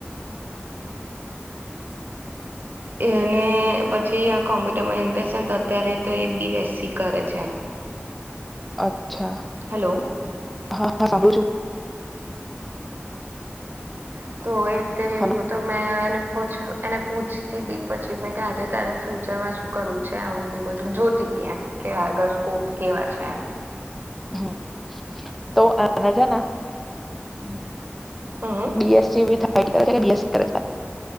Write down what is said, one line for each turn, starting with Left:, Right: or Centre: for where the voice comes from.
Right: અને પછી કોમ્પ્યુટરમાઇઝેશ અત્યારે તો એ બી એસ સી કરે છે.
Centre: અચ્છા
Right: હેલો
Centre: હા હા.
Right: <unintelligible> તો એત એવું
Centre: હલો
Right: તો મે એનું પછ એને પૂછતી તી પછી મે કે આજે તારે ફ્યુચરમાં શું કરવું છે આવુંને બધું જોતી તી એમ કે આગળ સ્કોપ કેવા છે એમ.
Centre: હમ્મ તો અને છે ને.
Right: <unintelligible> હમ
Centre: બી એસ સી <unintelligible> <unintelligible> સુ કરે છે